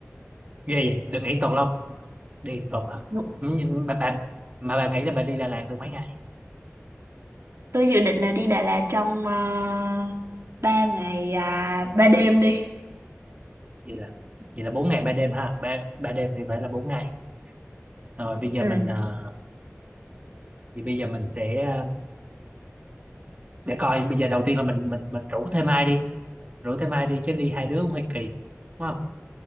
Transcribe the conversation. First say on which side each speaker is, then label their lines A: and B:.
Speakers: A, on the right; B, on the right.
A: ghê vậy đừng nghĩ tuần lông đi một tuần hả
B: Đúng.
A: Ừ, nhưng bà, bà, mà bà nghĩ là bà đi Đà Lạt được mấy ngày
B: Tôi dự định là đi Đà Lạt trong uh, 3 ngày uh, 3 đêm đi.
A: vậy là vậy là bốn ngày ba đêm ha ba ba đêm thì phải là bốn ngày rồi bây giờ
B: Ừ.
A: mình ờ, thì bây giờ mình sẽ ờ, để coi bây giờ đầu tiên là mình mình mình rủ thêm ai đi rủ thêm ai đi chứ đi hai đứa cũng hơi kỳ đúng không